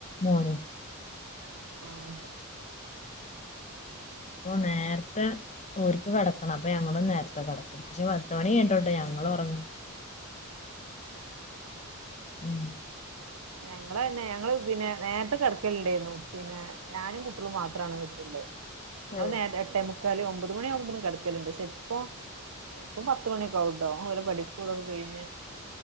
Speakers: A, on the left (about 35°); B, on the right (about 80°).
A: മോനും.
B: ആഹ് ആഹ് ആഹ് ശെ
A: ഓഹ് നേരത്തെ ഓര്ക്ക് കെട ക്കണം അപ്പൊ ഞങ്ങളും നേരത്തെ കെടക്കും പക്ഷെ പത്ത്മണി കയ്ഞ്ഞിട്ടാട്ടോ ഞങ്ങള് ഒറങ്ങൂ
B: ആഹ് ആഹ്
A: ഉം
B: ഞങ്ങള് തന്നെ ഞങ്ങള് പിന്നെ നേരെത്തെ കെടക്കലിണ്ടായിരുന്നു പിന്നെ ഞാനും കുട്ടികളും മാത്രാണ് വിട്ടില്ള്ളെ ഞങ്ങള്
A: ആഹ്
B: നേര് എട്ടേമു ക്കാല് ഒമ്പത് മണിയാവുമ്പോത്തിനും കെടക്കല്ണ്ട് പഷെ ഇപ്പൊ ആഹ് ഇപ്പൊ പത്ത്മണിയൊക്കെ ആവൂട്ടോ ഓലെ പഠിപ്പൂ ഇതൊക്കെ കഴിഞ്ഞ്